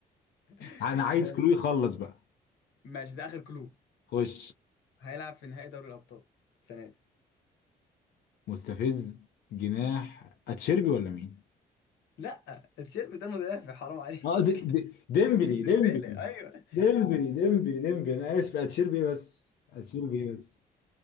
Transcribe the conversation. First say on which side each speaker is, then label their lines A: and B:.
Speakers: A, on the left; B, on the left.
A: <laughs>
B: انا عايز
A: ماشي
B: كلو يخلص بقى
A: ماشي ده اخر كلو
B: خش
A: هيلعب في نهائي دوري الابطال السنه دي
B: مستفز جناح اتشيربي ولا مين
A: لا الشيرب ده مدافع حرام عليك
B: اه دي دي
A: <laughs>
B: ديمبلي
A: ديمبلي
B: ديمبلي
A: ايوه
B: ديمبلي ديمبلي ديمبلي انا اسف اتشيربي إيه بس اتشيربي إيه بس